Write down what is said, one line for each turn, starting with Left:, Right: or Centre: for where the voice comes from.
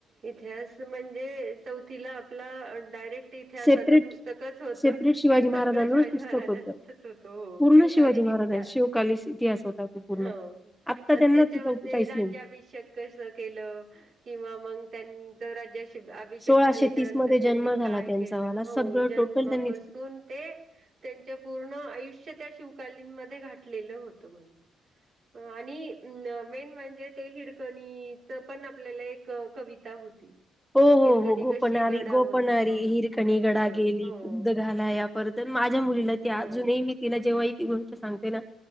Right: इतिहास म्हणजे चौथीला आपला डायरेक्ट इतिहासाच
Centre: सेपरेट
Right: पुस्तकच होतं
Centre: सेपरेट शिवाजी
Right: हे सगळं
Centre: महाराजांवरच
Right: शिवाजी
Centre: पुस्तक
Right: महाराजांचच
Centre: होतं
Right: होतं हो
Centre: पूर्ण
Right: शिवकालीन
Centre: शिवाजी महाराजां
Right: इतिहास.
Centre: शिवकालीस इतिहास होता तो पूर्ण
Right: हो
Centre: आत्ता
Right: आणि
Centre: त्यांना
Right: त्याच्यामध्ये
Centre: तिथं काहीच
Right: राज्याभिषेक.
Centre: नाही
Right: कस केलं किंवा मग त्यांच राज्या अभिषेक
Centre: सोळाशे
Right: झाल्याच्या
Centre: तीस
Right: नंतर
Centre: मध्ये जन्म
Right: त्यांनी
Centre: झाला
Right: काय
Centre: त्यांचा
Right: केलं
Centre: वाला
Right: हो
Centre: सगळं
Right: जन्मापासून
Centre: टोटल त्यांनीच
Right: ते त्यांच पूर्ण आयुष्य त्या शिवकालींमध्ये घातलेलं होत म्हने. आणि मेन म्हणजे ते हिरकणीच पण आपल्याला एक क कविता होती.
Centre: हो हो
Right: हिरकणी
Centre: हो गोपनारी
Right: कशी गडावरून
Centre: गोपनारी
Right: ह
Centre: हिरकणी गडा
Right: ह
Centre: गेली
Right: हो
Centre: दूध घालायां परत माझ्या मुलीला ती
Right: हो
Centre: अजूनही मी तिला जेव्हा ह ती गोष्ट सांगते ना